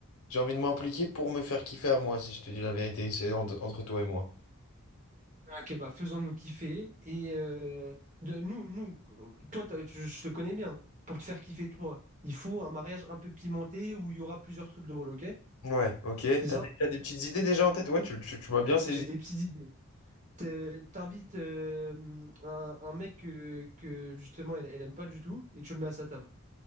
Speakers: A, on the left (about 75°); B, on the right (about 35°).
A: j'ai envie de m'impliquer pour me faire kiffer à moi, si je te dis la vérité. C'est en- entre toi et moi.
B: Ok, bah faisons-nous kiffer. Et euh, de, nous, nous, toi, t'as- je, je te connais bien. Pour te faire kiffer, toi, il faut un mariage un peu pimenté où il y aura plusieurs trucs drôles, ok?
A: Ouais, ok.
B: C'est
A: T'as
B: ça?
A: des, t'as des petites idées déjà en tête? Ouais, tu, tu, tu m'as bien saisi.
B: J'ai des petites idées. Te- T'invites euh, un, un mec que, que, justement elle, elle aime pas du tout et tu le mets à sa table.